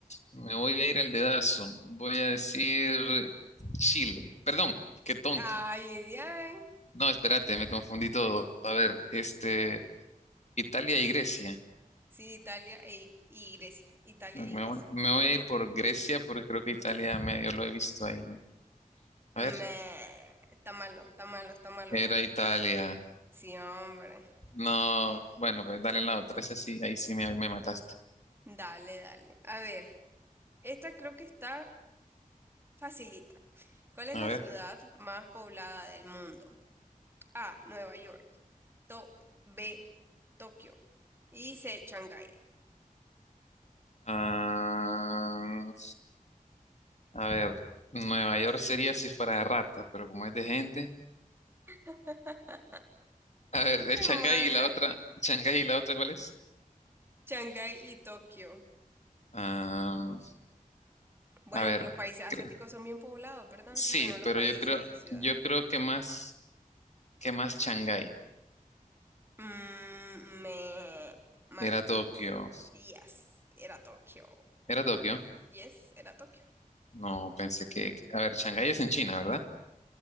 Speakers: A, on the left; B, on the right.
A: Me voy a ir al dedazo. Voy a decir Chile. Perdón, qué tonto.
B: Ay, ay, ay.
A: No, espérate, me confundí todo. A ver, este, Italia y Grecia.
B: Sí, Italia e- y Grecia. Italia
A: Me
B: y Grecia.
A: voy, me voy a ir por Grecia porque creo que Italia medio lo he visto ahí.
B: Me,
A: A ver,
B: está malo, está malo, está malo,
A: era
B: Brandon.
A: Italia.
B: Sí, hombre.
A: No, bueno, pues dale la otra. Esa sí, ahí sí me, me mataste.
B: Dale, dale. A ver, esta creo que está facilita. ¿Cuál es
A: A
B: la
A: ver.
B: ciudad más poblada del mundo? A. Nueva York. To- B. Tokio. Y C. Shanghái.
A: Ah, a ver, Nueva York sería si fuera de ratas, pero como es de gente.
B: <laughs>
A: A ver, es
B: Qué
A: Shanghái
B: mala.
A: y la otra. ¿Shanghái y la otra cuál es?
B: Shanghái y Tokio.
A: Ah,
B: Bueno,
A: a ver,
B: aunque los países asiáticos
A: cre-
B: son bien poblados, ¿verdad?
A: sí,
B: Bueno, los
A: pero
B: países
A: yo creo,
B: y ciudades.
A: yo creo que más, que más Shanghái.
B: Mm, me... Malo.
A: Era Tokio.
B: Yes, era Tokio.
A: ¿Era Tokio?
B: Yes, era Tokio.
A: No, pensé que. que- A ver, Shanghái es en China, ¿verdad?